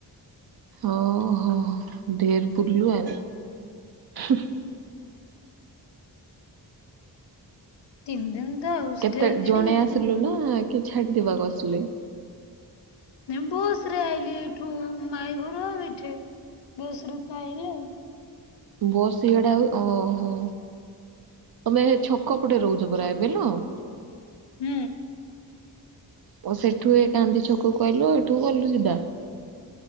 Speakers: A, on the right (about 55°); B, on the left (about 70°).
A: ଓ ହୋ ଢ଼େର ବୁଲିଲୁ ଆଉ ହୁଁ।
B: ତିନ ଦିନ ତ ଆଉ ସେଠି
A: କେତେ
B: ଦି
A: ଜଣେ
B: ଦିନ
A: ଆସିଲୁ ନା କି ଛାଡ଼ିଦବାକୁ ଆସିଲେ?
B: ବସ ରେ ଆଇଲି ଏଇଠୁ ଉଁ ମାଇ ଘରୁ ଆଉ ଏଠେ। ବସ ରେ ତ ଆଇଲି ଆଉ।
A: ବସ୍ ଇଆଡେ ଆଉ ଅ ହୋ ତମେ ହେ ଛକ ପଟେ ରହୁଛ ପରା ଏ ବିଲୁ ଆଉ।
B: ହୁଁ।
A: ପ ସେଠୁ ଏଇ ଗାନ୍ଧୀ ଛକକୁ ଆଇଲୁ ଏଠୁ ଗଲୁ ସିଧା।